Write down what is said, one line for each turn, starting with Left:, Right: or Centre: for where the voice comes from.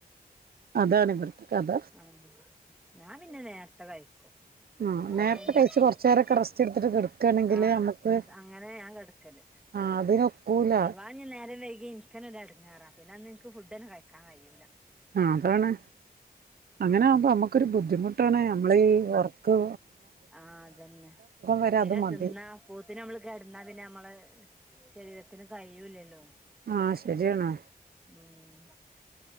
Right: അതാണ് ഇവിടുത്തെ കഥ
Centre: ആ ഞാൻ പിന്നെ നേരത്തെ കഴിക്കും
Right: ആ
Centre: ഇവടെ
Right: നേരത്തെ
Centre: പിന്നെ
Right: കഴിച്ച്
Centre: <unintelligible>
Right: കുറച്ച് നേരൊക്കെ <unintelligible>
Centre: ആ
Right: നമ്മുക്ക്
Centre: ന്നാ സ അങ്ങനെ ഞാൻ കട്ക്കല്
Right: ആ അതിനൊക്കൂല
Centre: അതവാ ഞാൻ നേ നേരം വൈകി ഇൻക്കെണെന്നെ ഇട്ങ്ങേറാ പിനന്ന് ഇൻക്ക് ഫുഡെന്നേ കഴികാൻ കഴിയൂല്ല.
Right: ആ അതാണ് അങ്ങനെ ആവുമ്പോ അമ്മുക്കൊരു ബുദ്ധിമുട്ട് ട്ടാണ് അമ്മളെയീ ഒർക്കോ
Centre: ആ അതന്നെ
Right: വരെ
Centre: പിന്നെ
Right: അത് മതി
Centre: തിന്നാ അപോത്തിന് അമ്മള് കേട്ന്നാ പിന്നെ അമ്മള് ശരീരത്തിന് കയ്യൂല്ലല്ലോ
Right: ആ ശരിയാണ്
Centre: ഉം